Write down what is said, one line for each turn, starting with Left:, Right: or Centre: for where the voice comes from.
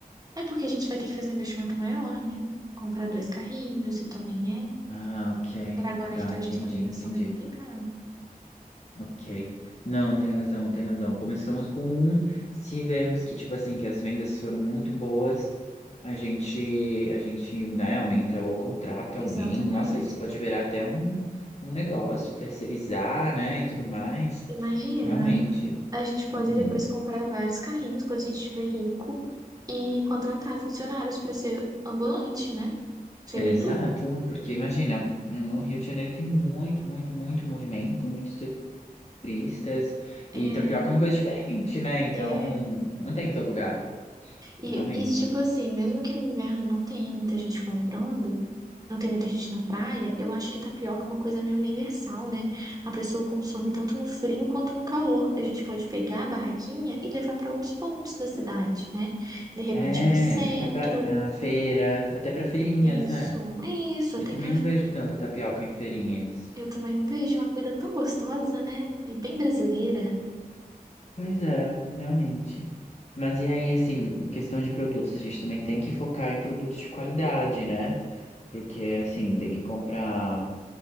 Right: É porque a gente vai ter que fazer um investimento maior, né? Comprar dois carrinhos e também é.
Left: Ah, ok.
Right: Para agora
Left: Tá,
Right: que tá, a
Left: entendi,
Right: gente está começando
Left: entendi.
Right: a complicar.
Left: Ok. Não, tem razão, tem razão. Começamos com um. Se vermos que, tipo assim, que as vendas foram muito boas, a gente, a gente, né, aumenta o contrato
Right: Exatamente.
Left: a alguém. Nossa, isso pode virar até um, um negócio, terceirizar, né, e tudo mais.
Right: Imagina,
Left: Realmente.
Right: a gente
Left: Uhum.
Right: pode depois comprar vários carrinhos quando a gente estiver rico e contratar funcionários para ser ambulante, né? Seria
Left: Exato,
Right: tudo.
Left: porque imagina, no Rio de Janeiro tem muito, muito, muito movimento, muitos turistas,
Right: É,
Left: e tapioca é uma coisa diferente, né? Então,
Right: é.
Left: não tem em todo lugar,
Right: E
Left: realmente.
Right: isso, tipo assim, mesmo que no inverno não tenha muita gente comprando, não tem muita gente na praia, eu acho que tapioca é uma coisa meio universal, né? A pessoa consome tanto no frio quanto no calor. A gente pode pegar a barraquinha e levar para outros pontos da cidade, né? De repente
Left: É,
Right: no centro.
Left: pra, pra, pra feiras, até pra feirinhas,
Right: Isso,
Left: né?
Right: é isso. Até
Left: Eu também
Right: cara
Left: não vejo tanta tapioca em feirinhas.
Right: eu também não vejo uma comida tão gostosa, né? É bem brasileira.
Left: Pois é, realmente. Mas e aí, assim, questão de produtos, a gente também tem que focar em produtos de qualidade, né? Porque, assim, tem que comprar.